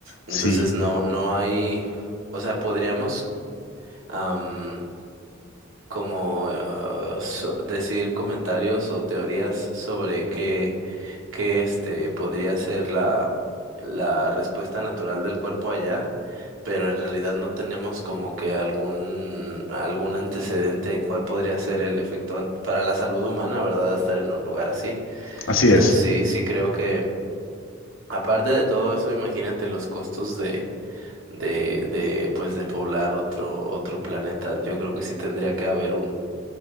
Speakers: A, on the right; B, on the left.
A: Entonces
B: Sí,
A: no, no hay, o sea, podríamos am, como ah, so- decir comentarios o teorías sobre que que este podría ser la, la respuesta natural del cuerpo allá, pero en realidad no tenemos como que algún, algún antecedente en cuál podría ser el efecto an- para la salud humana, ¿verdad? Estar en un lugar así.
B: así
A: Entonces
B: es.
A: sí, sí creo que, aparte de todo eso, imagínate los costos de De, de pues de poblar otro otro planeta yo creo que sí tendría que haber